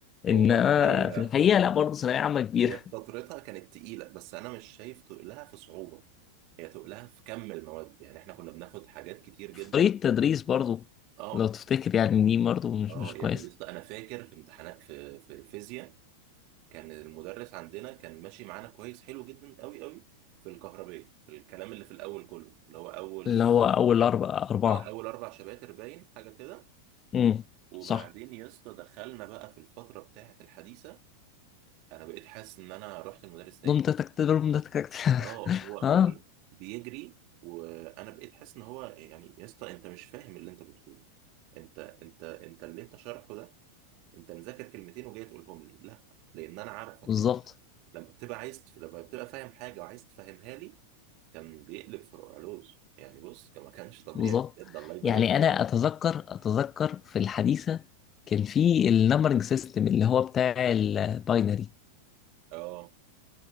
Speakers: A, on the left; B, on the right.
A: انما
B: هو والله هي
A: في الحقيقه لا برضه ثانويه عامه كبيره
B: هي في فترتها كانت تقيله بس انا مش شايف تقلها في صعوبه هي تقلها في كم المواد يعني احنا كنا بناخد حاجات كتير جدا
A: <laughs> طريقه التدريس برضه
B: اه
A: لو تفتكر يعني دي برضه مش
B: اه
A: مش
B: يعني
A: كويسه
B: يسطا انا فاكر في امتحانات في في الفيزياء كان المدرس عندنا كان ماشي معانا كويس حلو جدا قوي قوي في الكهربية في الكلام اللي في الاول كله اللي هو اول
A: اللي هو اول اربعه اربعه
B: آه، اول اربع شباتر باين حاجه كده
A: امم
B: وبعدين
A: صح
B: يا اسطى دخلنا بقى في الفتره بتاعه الحديثه انا بقيت حاسس ان انا رحت لمدرس تاني
A: ضم تك تك ضم تك تك
B: اه
A: <laughs>
B: هو
A: اه
B: يعني بيجري وانا بقيت حاسس ان هو يعني يا اسطى انت مش فاهم اللي انت بتقوله انت انت انت اللي انت شارحه ده انت مذاكر كلمتين وجاي تقولهم لي لا لان انا عارفك
A: بالظبط
B: انت لما بتبقى عايز تف... لما بتبقى فاهم حاجه وعايز تفهمها لي كان بيقلب فروع علوز يعني بص كان ما كانش طبيعي
A: بالظبط
B: بجد الله يبارك
A: يعني
B: له
A: انا
B: يعني
A: اتذكر اتذكر في الحديثه كان في النمبرنج سيستم اللي هو بتاع الباينري
B: اه